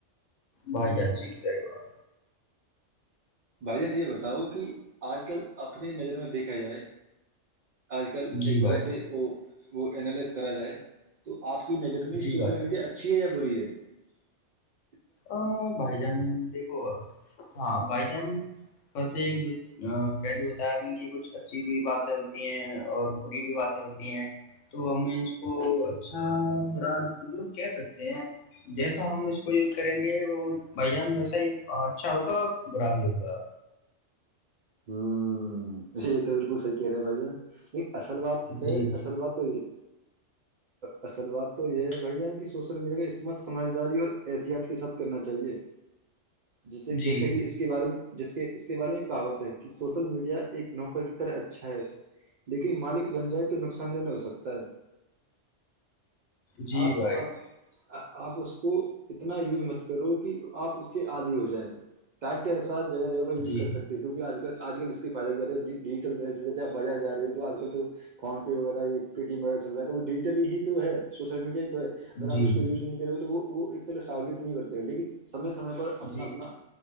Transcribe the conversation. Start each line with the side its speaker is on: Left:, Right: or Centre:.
Left: بھائی جان سہی کہہ رہے ہو
Right: بھائی ج نے یہ بتاؤ کہ آج کل اپنی نظر میں دیکھا جائے آج کل
Left: جی
Right: ایک
Left: بھائی
Right: طرح
Left: جان
Right: سے وہ وہ اینالائز کرا جائے تو آپ کی نظر میں
Left: جی
Right: سوشل
Left: بھائی جان
Right: میڈیا اچھی ہے بریے <unintelligible>
Left: ا بھائی جان دیکھو ہاں بھائی جان پرت ایک جو پہلو ہوتا ہے ان کی کچھ اچھی بھی باتیں ہوتی ہیں اور بری بھی باتیں ہوتی ہیں تو ہم اس کو اچھا برا مطلب کہہ سکتے ہیں جیسا ہم اس کو جو کریں گے وہ بھائی جان ویسا ہی اچھا ہوگا برا بھی ہوگا
Right: ہوں یہ تو بالکل صحک رہ ہے بے اصل بات ہے
Left: جی جی
Right: اصل بات تو یہ اصل بات تو یہ ہے بھائی جان کی سوشل میڈیا کا استعمال سمجھداری اور احتیاط کے ساتھ کرنا چاہیئے جیسے
Left: جی
Right: جیسے کہ اس کے بارے میں جس کے اس کے بارے میں کاوک کہ سوشل میڈیا ایک نوکر کی طرح اچھا ہے لیکن مالک بن جائے تو نقصان دہ نہیں ہو سکتا ہے
Left: جی
Right: آپ
Left: بھائی
Right: اب آپ اس کو اتنا یوج مت کرو کہ آپ اس کے آدے ہو جائیں ٹائپ کیا جگہ جگہ
Left: جان
Right: پر وز
Left: جی
Right: کر سکتے کیکہ آج کل اس کے فائدے ڈیجیٹل جی آ ب ج رہی ہے تو آج کل تو فون پے وغہ پےٹیمہ چل رہا تو وہ ڈجیٹل ہی تو ہے سوشل میڈیا ہے اگر
Left: جی
Right: آ اس کو
Left: جی
Right: یوز نہیں کریں ہو تو وہ وہ ایکح سہولت نہیں کرتے لیکن سمے سمے پر اپنا
Left: جی
Right: اپنا